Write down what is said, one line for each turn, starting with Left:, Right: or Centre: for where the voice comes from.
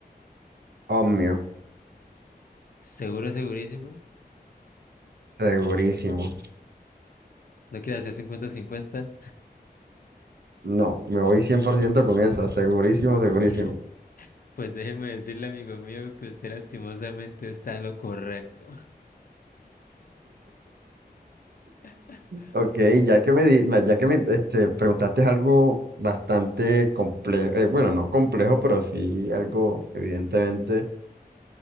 Right: obvio,
Left: Seguro, segurísimo.
Right: segurísimo.
Left: No quiere hacer cincuenta cincuenta
Right: No, me voy 100% con esa, segurísimo, segurísimo.
Left: <laughs> Pues déjeme decirle, amigo mío, que usted lastimosamente está en lo correcto. <laughs>
Right: Ok, ya que me, di- me- ya que me este, preguntaste algo bastante complejo, eh, bueno, no complejo, pero sí algo evidentemente